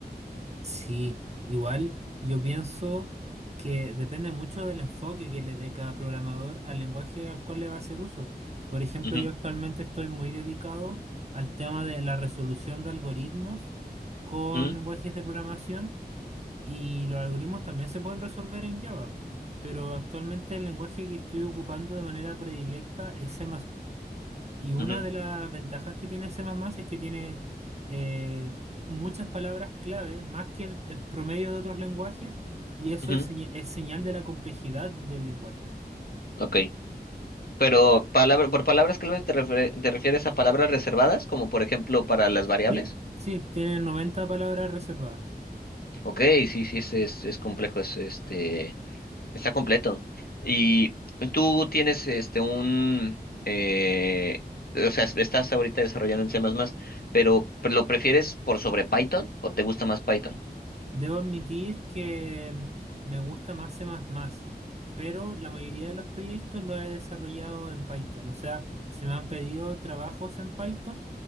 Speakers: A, on the right; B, on the left.
A: Sí, igual yo pienso que depende mucho del enfoque que le dé cada programador al lenguaje al cual le va a hacer uso. Por ejemplo,
B: Ujú,
A: yo actualmente estoy muy dedicado al tema de la resolución de algoritmos con
B: ujú,
A: lenguajes de programación y los algoritmos también se pueden resolver en Java, pero actualmente el lenguaje que estoy ocupando de manera predilecta es C++, y una
B: ujú,
A: de las ventajas que tiene C++ es que tiene eh, muchas palabras clave, más que el, el promedio de otros lenguajes, y eso
B: ujú.
A: es, señ- es señal de la complejidad del lenguaje.
B: Ok. Pero palabra, por palabras clave te, refie- te refieres a palabras reservadas, como por ejemplo para las variables.
A: Sí, sí, tiene 90 palabras reservadas.
B: Ok, sí, sí, es, es, es complejo, es este. Está completo. Y tú tienes este un eh, o sea, estás ahorita desarrollando en C++, pero ¿lo prefieres por sobre Python o te gusta más Python?
A: Debo admitir que me gusta más C++, pero la mayoría de los proyectos los he desarrollado en Python. O sea, se me han pedido trabajos en Python,